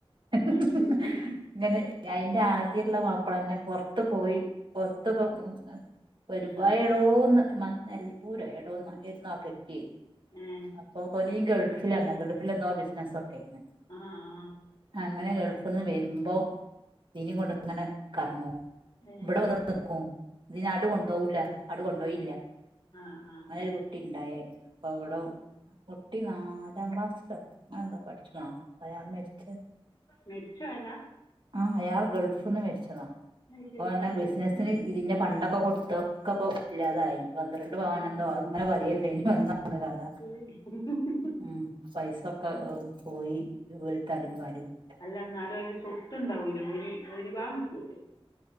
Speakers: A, on the right (about 55°); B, on the left (about 45°).
A: <unintelligible>
B: അതുശരി
A: ങ്ങനെ ഞ അയിന്റെ ആദ്യുള്ള മാപ്പളന്നെ പുറത്തപോയി പുറത്തൊക്കെ വരുവ
B: ആ
A: എടോന്ന് നെൽപൂര എടോന്ന് ആയിരുന്നു ആ കെട്ടിയ
B: ഉം
A: അപ്പൊ തോനിയും ഗൾഫിലാര്ന്ന് ഗൾഫിൽന്തോ ബിസിനസ്സൊക്കെയിന്.
B: ആഹ്
A: അങ്ങനെ ഗൾഫ്ന്ന് വെരുമ്പം ഇതിനേം കൊണ്ട്ങ്ങനെ കറങ്ങും
B: ഏ
A: ഇവിടെ വന്നട്ട് നിക്കും ഇതിനാട്ട് കൊണ്ടോവൂല്ല. ആട് കൊണ്ടോയില്ല.
B: ആഹ് ആഹ്
A: ഒരു കുട്ടി ഇണ്ടായേ അപ്പവിട കുട്ടി നാലാം ക്ലാസിലോ അഎന്താ പഠിച്ചണോ അയാള് മരിച്ചു
B: മരിച്ചു പോയതാ
A: ആഹ്‌ അയാൾ ഗൾഫ്ന്ന് മരിച്ചതാ
B: അതുശരി
A: അപ്പൊ ർഞ്ഞാ ബിസ്നസ് ന് ഇതിന്റെ പണ്ടൊക്കെ കൊടുത്തൊക്കപ്പൊ ഇല്ലാതായി പന്ത്രണ്ട് പവനന്തോ
B: ആ
A: അത് അങ്ങനെ പറീണ് ണ്ടായിര്ന്നു <unintelligible> കഥ
B: <unintelligible>
A: ഉം പൈസൊക്കെ പോയി ഒര് തലീം വാലൂല്ല
B: അല്ല ന്നാലും ഐന് സ്വത്ത്ണ്ടാവൂലേ ഓരി ഓരി ഭാഗം ക്ട്ടൂലേ